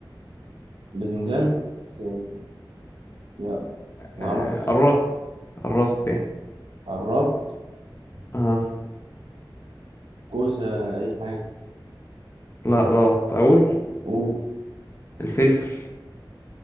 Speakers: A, on the right; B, on the left.
A: باذنجان سو- لا معرفش
B: آه قربت قربت ايه
A: قربت
B: اه
A: كوسة أي حاجة
B: لا غلط اقول
A: قول
B: الفلفل